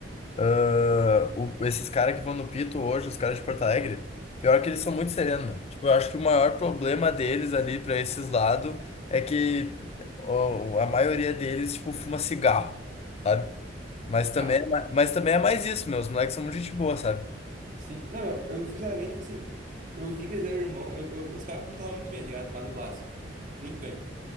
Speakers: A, on the left; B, on the right.
A: Ah, o- esses caras que vão no Pito hoje, os caras de Porto Alegre, pior que eles são muito serenos, meu. Tipo, eu acho que o maior problema deles ali pra esses lados é que ó, a maioria deles, tipo, fuma cigarro, sabe? Mas também,
B: Ah,
A: é ma- mas também é mais isso, meu. Os moleques são muito gente boa, sabe?
B: sim. Não, meu, eu sinceramente, tipo assim, eu vi que eles eram irmãos, eu- eu- os caras pintaram muito bem, tá ligado? Lá no Blase. Muito bem.